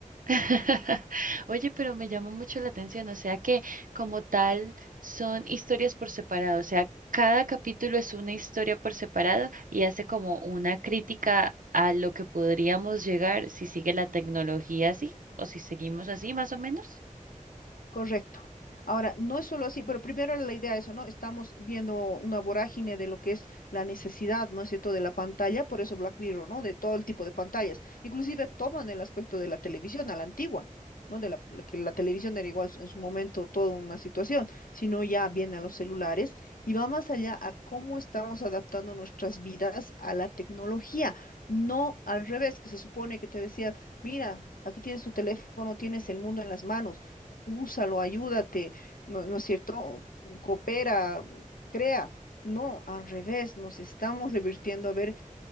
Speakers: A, on the right; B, on the left.
A: <laughs> Oye, pero me llama mucho la atención, o sea que como tal son historias por separado, o sea, cada capítulo es una historia por separado y hace como una crítica a lo que podríamos llegar si sigue la tecnología así o si seguimos así más o menos.
B: Correcto. Ahora, no es solo así, pero primero la idea es eso, ¿no? Estamos viendo una vorágine de lo que es la necesidad, ¿no es cierto?, de la pantalla, por eso Black Mirror, ¿no? De todo el tipo de pantallas. Inclusive toman el aspecto de la televisión a la antigua, ¿no? De la, la que la televisión era igual en su momento toda una situación, sino ya vienen los celulares y va más allá a cómo estamos adaptando nuestras vidas a la tecnología, no al revés, que se supone que te decían, mira, aquí tienes tu teléfono, tienes el mundo en las manos úsalo, ayúdate, ¿no, no es cierto? Coopera, crea. No, al revés, nos estamos revirtiendo a ver